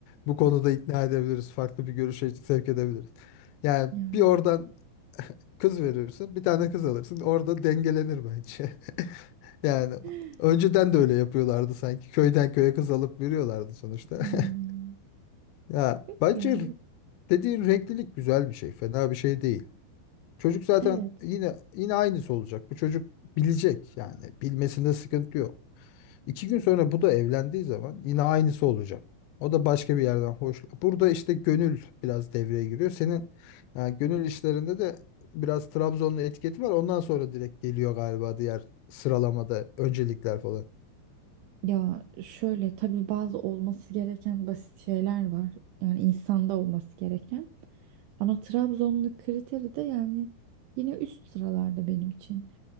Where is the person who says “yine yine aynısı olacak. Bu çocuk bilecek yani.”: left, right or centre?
Left